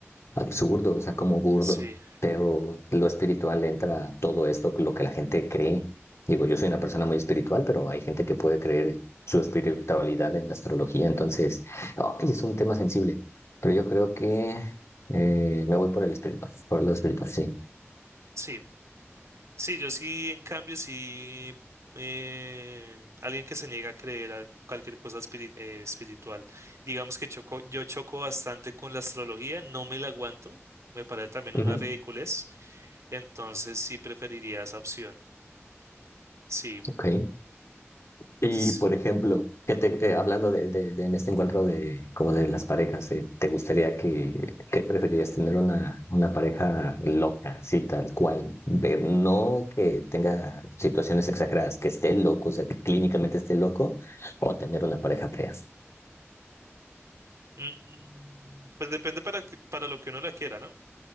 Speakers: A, on the left; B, on the right.
A: absurdo, o sea, como burdo,
B: Sí,
A: pero lo espiritual entra a todo esto, lo que la gente cree. Digo, yo soy una persona muy espiritual, pero hay gente que puede creer su espiritualidad en la astrología, entonces, ay, es un tema sensible, pero yo creo que eh, me voy por el espiritual, por lo espiritual, sí.
B: sí, sí, yo sí, en cambio, sí, eh, alguien que se niega a creer a cualquier cosa espiri- eh, espiritual. Digamos que choco, yo choco bastante con la astrología, no me la aguanto, me parece también
A: Ujú.
B: una ridiculez, entonces sí preferiría esa opción. Sí.
A: Ok. Y,
B: sí.
A: por ejemplo, que te, eh, hablando de, de- de- en este encuentro de, como de las parejas, eh, ¿te gustaría que, qué preferirías tener una, una pareja loca, así tal cual? De- no que tenga situaciones exageradas, que esté loco, o sea, que clínicamente esté loco, o tener una pareja fea.
B: Mm, Pues depende para, que- para lo que uno la quiera, ¿no?